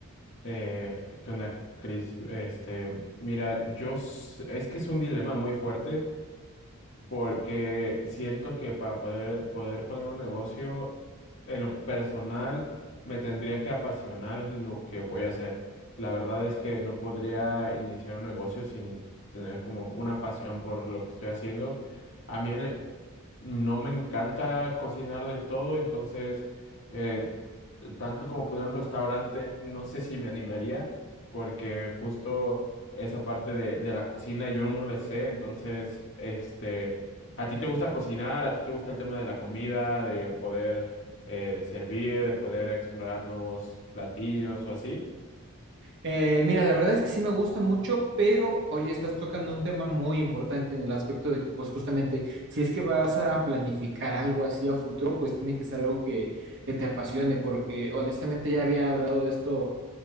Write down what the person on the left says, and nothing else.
Eh, ¿qué onda, Chris? Este, mira, yo s- es que es un dilema muy fuerte porque siento que para poder, poder poner un negocio en lo personal me tendría que apasionar lo que voy a hacer. La verdad es que no podría iniciar un negocio sin tener como una pasión por lo que estoy haciendo. A mí eh, no me encanta cocinar del todo, entonces eh, tanto como poner un restaurante, no sé si me animaría porque justo esa parte de, de la cocina yo no le sé, entonces, este, ¿a ti te gusta cocinar? ¿A ti te gusta el tema de la comida, de poder eh, servir, de poder explorar nuevos platillos o así?